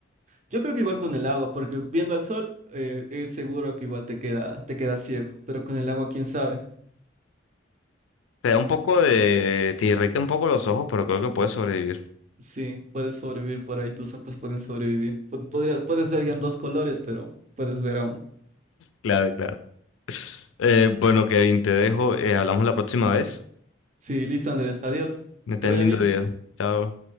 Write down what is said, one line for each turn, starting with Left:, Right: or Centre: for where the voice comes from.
Right: yo creo que igual con el agua, porque viendo al sol eh, es seguro que igual te queda, te queda ciego, pero con el agua, quién sabe.
Left: Te da un poco de... te irrita un poco los ojos, pero creo que puedes sobrevivir.
Right: Sí, puedes sobrevivir por ahí, tus ojos pueden sobrevivir. Pod- podría- puedes ver ya en dos colores, pero puedes ver aún.
Left: Claro, claro. Eh, bueno, Kevin, te dejo. eh, hablamos la próxima vez.
Right: Sí, listo, Andrés, adiós.
Left: Me
Right: Que
Left: ten
Right: te vaya
Left: lindo
Right: bien.
Left: día. Chao.